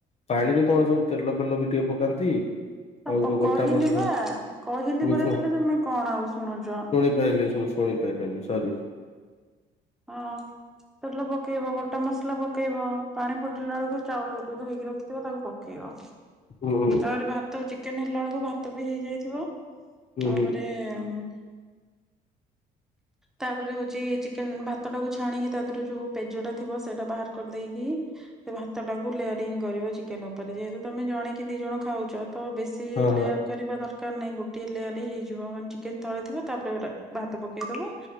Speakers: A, on the left; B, in the centre.
A: ପାଣିରେ କଣ ସବୁ ତେଲ ଫେଲ ବି ଟିକେ ପକାନ୍ତି। ଆଉ
B: ଆ ପ
A: ଗୋଟା
B: କହିଲି
A: ମସଲା
B: ବା କହିଲି
A: ମିଛ
B: ପରା ତେଲ ତମେ କଣ ଆଉ ଶୁଣୁଚ।
A: <unintelligible> ମୁଁ ଶୁଣି ପାରିଲିନି ସରି।
B: ହଁ ତେଲ ପକେଇବ ଗୋଟା ମସଲା ପକେଇବ। ପାଣି ଫୁଟିଲା ବୁଳୁକୁ ଚାଉଳରାକୁ ଧୋଇକି ରଖିଥିବ ତାକୁ ପକେଇବ।
A: ହୁଁ।
B: ତାପରେ ଭାତ ଚିକେନ ହେଲା ବୁଳୁକୁ ଭାତ ବି ହେଇଯାଇଥିବ
A: ହୁଁ
B: ତାପରେ
A: ହୁଁ।
B: ଉଁ। ତାପରେ ହଉଛି ଚି ଭାତ ଟାକୁ ଛାଣିକି ତା ଦେହରୁ ଯୋଉ ପେଜ ଟା ଥିବ ସେଟା ବାହାର କରିଦେଇକି ସେ ଭା ଟାକୁ ଲେୟାରିଙ୍ଗ କରିବ ଚିକେନ ଉପରେ ଯେହେତୁ ତମେ ଜଣେ କିି ଦି ଜଣ ଖାଉଛ ତ ବେଶୀ
A: ହଁ ହଁ
B: ଲେୟାର କରିବା ଦରକାର ନାହିଁ ଗୋଟଏ ଲେୟରେ ହେଇଯିବ ମାନେ ଚି ଚିକେନ୍ ତଳେ ଥିବ ତାପରେ ଗୁରା ଭାତ ପକେଇଦବ